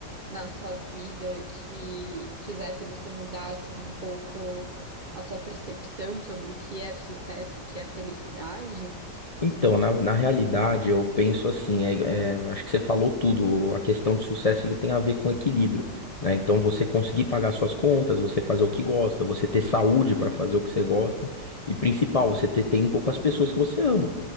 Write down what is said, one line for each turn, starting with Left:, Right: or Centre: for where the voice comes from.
Right: na sua vida que fizesse você mudar, assim, um pouco a sua percepção sobre o que é sucesso, o que é felicidade?
Left: Então, na, na realidade, eu penso assim, é- é, acho que você falou tudo, a questão de sucesso ele tem a ver com equilíbrio, né? Então, você conseguir pagar suas contas, você fazer o que gosta, você ter saúde para fazer o que você gosta, e principal, você ter tempo com as pessoas que você ama,